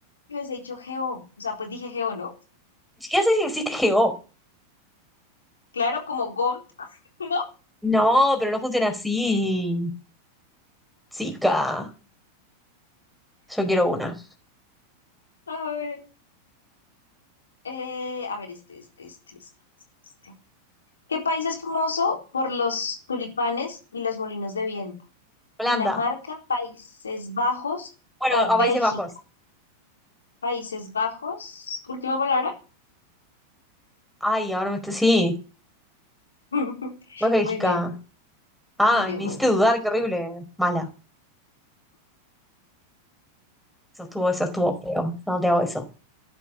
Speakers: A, on the left; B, in the centre.
A: que hubiese dicho Geo. O sea, pues dije Geo, ¿no?
B: ni siquiera sé si existe GO.
A: Claro, como Gold, <laughs> ¿no?
B: No, pero no funciona así. Chica, yo quiero una.
A: A ver, eh, a ver, este, este, este, este. este. ¿Qué país es famoso por los tulipanes y los molinos de viento?
B: Holanda.
A: ¿Dinamarca, Países Bajos
B: Bueno,
A: o
B: a
A: Bélgica?
B: Países Bajos.
A: Países Bajos, última palabra.
B: Ay, ahora me estoy... Sí.
A: <laughs>
B: Pues Bélgica.
A: Muy bien,
B: Ay,
A: muy bien,
B: me hiciste
A: muy bien.
B: dudar, qué horrible. Mala. Eso estuvo, eso estuvo feo. No te hago eso.